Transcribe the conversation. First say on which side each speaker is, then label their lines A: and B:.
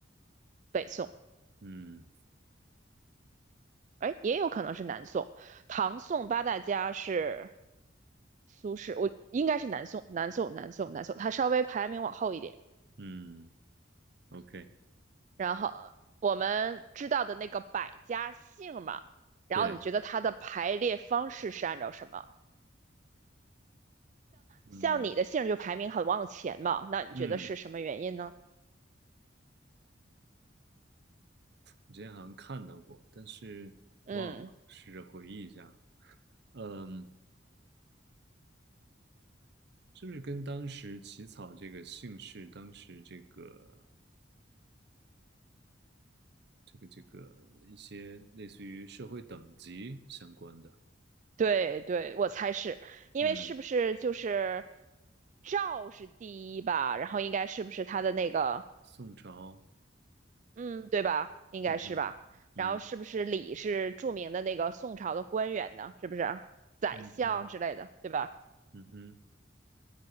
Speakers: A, on the right; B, on the right.
A: 北宋，
B: 嗯
A: 哎，也有可能是南宋，唐宋八大家是苏轼，我应该是南宋，南宋，南宋，南宋，它稍微排名往后一点。
B: 嗯，OK，
A: 然后我们知道的那个百家姓嘛，然后你觉得它的排列方式是按照什么？
B: 对，嗯
A: 像你的姓就排名很往前嘛，那你觉得是什么原因呢？
B: 嗯。我之前好像看到过，但是忘了，
A: 嗯。
B: 试着回忆一下。嗯，是不是跟当时起草这个姓氏，当时这个这个这个一些类似于社会等级相关的？
A: 对对，我猜是因为是不是就是
B: 嗯，
A: 赵是第一吧，然后应该是不是他的那个，
B: 宋朝，
A: 嗯，对吧？应该是吧。
B: 嗯哼，嗯
A: 然后是不是李是著名的那个宋朝的官员呢？是不是宰相之类的，
B: 嗯哼，
A: 对吧？
B: 嗯哼，